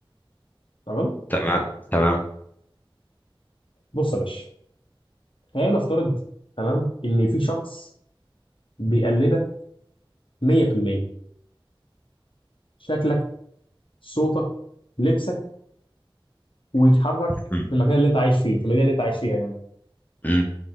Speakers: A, on the left; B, on the left.
A: تمام
B: تمام تمام
A: بص يا باشا خلينا نفترض تمام ان في شخص بيقلدك 100% شكلك صوتك لبسك ويتحرك
B: مم.
A: في المكان اللي انت عايش فيه في المدينه اللي انت عايش فيها يعني
B: مم.